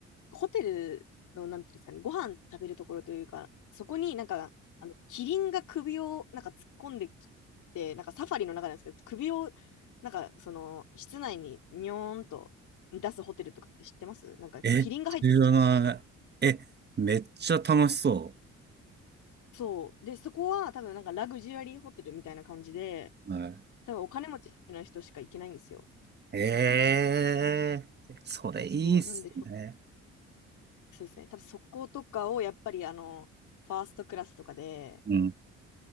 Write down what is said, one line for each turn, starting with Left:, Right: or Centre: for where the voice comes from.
Left: ホテルの、なんていうんですかね、ご飯食べるところというか、そこになんか、あの、キリンが首をなんか突っ込んできて、なんかサファリの中なんですけど、首を、なんか、その、室内ににょーんと出すホテルとかって知ってますなんか、
Right: え、
Left: キリンが入ってきちゃうみたいな。
Right: 知らない。え、めっちゃ楽しそ
Left: そう。で、そこは多分なんかラグジュアリーホテルみたいな感じで、
Right: う。はい。
Left: 多分お金持ちの人しか行けないんですよ。
Right: えー、それいいっすね。
Left: そうなんでそ、そうですね。多分そことかをやっぱりあの、ファーストクラスとかで
Right: うん。